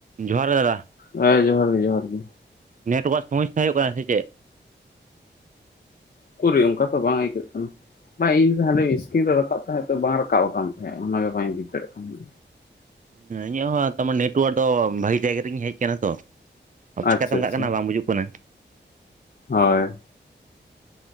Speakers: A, on the right (about 45°); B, on the left (about 50°).
A: ᱡᱚᱦᱟᱨ ᱜᱮ ᱫᱟᱫᱟ
B: ᱦᱮᱸ ᱡᱚᱦᱟᱨ ᱜᱮ ᱡᱚᱦᱟᱨ ᱜᱮ
A: ᱱᱮᱴᱣᱟᱨᱠ ᱥᱚᱢᱚᱥᱥᱟ ᱦᱩᱭᱩᱜ ᱠᱟᱱᱟ ᱥᱮ ᱪᱮᱫ
B: ᱩᱠᱩᱨᱤᱡ ᱚᱝᱠᱟ ᱫᱚ ᱵᱟᱝ ᱟᱹᱭᱠᱟᱹᱜ ᱠᱟᱱᱟ ᱵᱟᱝ ᱤᱧ ᱦᱟᱸᱰᱮ ᱤᱥᱠᱤᱱ ᱨᱮ ᱨᱟᱠᱟᱵ ᱛᱟᱦᱮᱸᱫ ᱛᱚ ᱵᱟᱝ ᱨᱟᱠᱟᱵ ᱟᱠᱟᱤ ᱛᱟᱦᱮᱸᱫ ᱚᱱᱟᱜᱮ ᱵᱟᱹᱧ ᱵᱩᱡ ᱫᱟᱲᱮᱭᱟᱜ ᱛᱟᱦᱮᱸᱼᱟ
A: ᱮᱸ ᱤᱧᱟᱹᱜ ᱦᱚᱸ ᱛᱟᱢᱟ ᱱᱮᱴᱚᱣᱟᱨᱠ ᱫᱚ ᱵᱷᱟᱜᱤ ᱡᱟᱭᱜᱟ ᱨᱮᱜᱤᱧ ᱦᱮᱡ ᱟᱠᱟᱱᱟ ᱛᱚ ᱟᱨ ᱪᱤᱠᱟᱛᱮ
B: ᱟᱪᱪᱷᱟ
A: ᱚᱱᱠᱟᱜ
B: ᱟᱪᱪᱷᱟ
A: ᱠᱟᱱᱟ ᱵᱟᱝ ᱵᱩᱡᱩᱜ ᱠᱟᱱᱟ
B: ᱦᱳᱭ